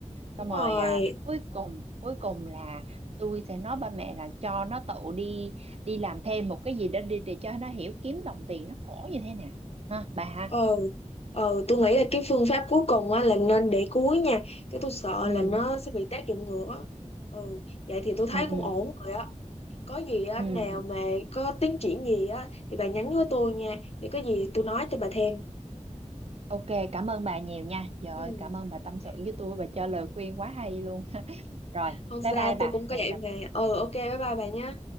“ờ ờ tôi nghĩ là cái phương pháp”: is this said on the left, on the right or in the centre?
Left